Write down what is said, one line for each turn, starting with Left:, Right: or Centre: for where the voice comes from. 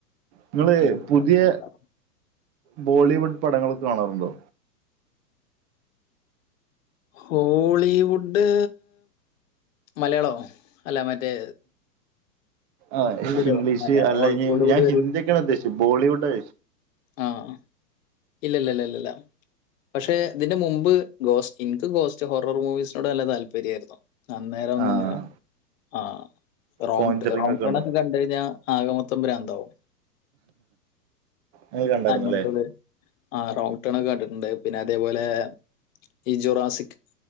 Right: ഇങ്ങള്
Left: എനിക്ക്
Right: പുത്യ.
Left: താല്പര്യം
Right: ബോളിവുഡ് പടങ്ങളൊക്കെ കാണാറുണ്ടോ.
Left: ഹോളിവുഡ് മലയാളോ അല്ല മറ്റേ.
Right: ആഹ്
Left: ഇതിലോ
Right: ഇംഗ്ലീഷ്
Left: മലയാളം
Right: അല്ല ഞാൻ
Left: ഹോളിവുഡ്
Right: ഹി ഹിന്ദിക്കെയാണ് ഉദ്ദേശിചെ ബോളിവുഡേ
Left: ആഹ് ഇല്ലല്ലല്ല ല്ല. പക്ഷെ ഇതിന്റെ മുമ്പ് ഗോസ്റ്റ് എനിക്ക് ഗോസ്റ്റ് ഹോറർ മൂവീസിനോട് നല്ല താല്പര്യയിരുന്നു. അന്നേരൊന്ന്
Right: ആഹ്
Left: ആ റോങ്ട്ട്
Right: കോഞ്ചറിങ്
Left: റോ
Right: ഒക്കെ കണ്ടു
Left: കണ്ടയിഞ്ഞാ ആകെമൊത്തംബ്രാന്താവും
Right: അത് കണ്ടായിരുന്നല്ലേ
Left: അങ്ങനത്തെത്. ആ റോങ്ങ് ടേണൊക്കെ കണ്ടിട്ടുണ്ട് പിന്നെ അതേപോലെ. ഈ ജുറാസിക്